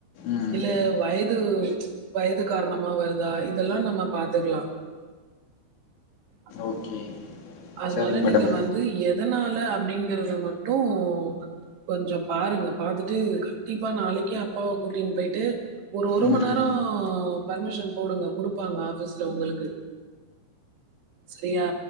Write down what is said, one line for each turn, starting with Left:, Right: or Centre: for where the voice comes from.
Left: ம்
Right: இல்ல வயது வயது காரணமா வருதா இதெல்லா நம்ம பாத்துக்கலா அ
Left: ஓகே
Right: அதனால
Left: சரிங்க மேடம்
Right: நீங்க வந்து எத் எதனால அப்டிங்கறத மட்டும் கொஞ்சம் பாருங்க பாத்துட்டு கண்டிப்பா நாளைக்கே அப்பாவ கூட்டின் போயிட்டு ஒரு ஒரு
Left: ம்
Right: மண் நேரம் பர்மிஷன் போடுங்க குடுப்பாங்க ஆபீஸ்ல உங்களுக்கு செரியா